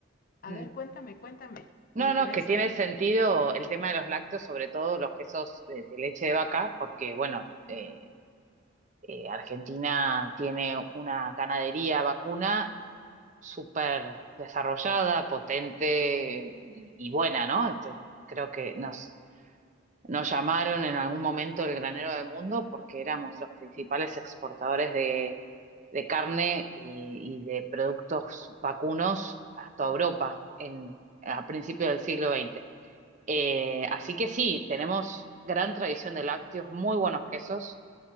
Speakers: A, on the left; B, on the right.
A: A
B: Mm.
A: ver, cuéntame, cuéntame. Me
B: No,
A: interesa.
B: no, que tiene sentido el tema de los lácteos, sobre todo los quesos de, de leche de vaca, porque, bueno, eh, eh, Argentina tiene una ganadería vacuna súper desarrollada, potente y, y buena, ¿no? Entonces, creo que nos Nos llamaron en algún momento el granero del mundo porque éramos los principales exportadores de, de carne y, y de productos vacunos a toda Europa en, a principios del siglo XX. Eh, así que sí, tenemos gran tradición de lácteos, muy buenos quesos,